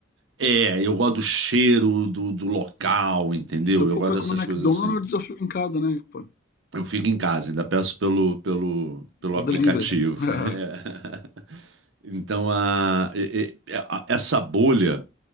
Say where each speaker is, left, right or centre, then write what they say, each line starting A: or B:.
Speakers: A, on the right (about 75°); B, on the left (about 50°).
A: É, eu gosto do cheiro do, do local, entendeu?
B: Se eu for
A: Eu gosto
B: pra
A: dessas
B: comer
A: coisas
B: McDonald's,
A: assim.
B: eu fico em casa, né? Pô,
A: Eu fico em casa, ainda peço pelo, pelo, pelo
B: do
A: aplicativo.
B: delivery. <laughs>
A: <laughs> É. Então, a, e- e- a- essa bolha.